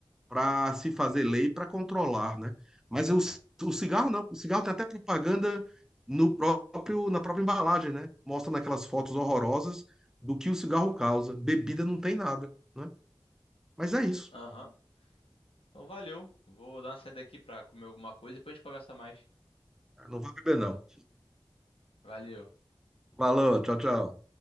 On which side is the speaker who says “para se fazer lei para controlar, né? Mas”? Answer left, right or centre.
Centre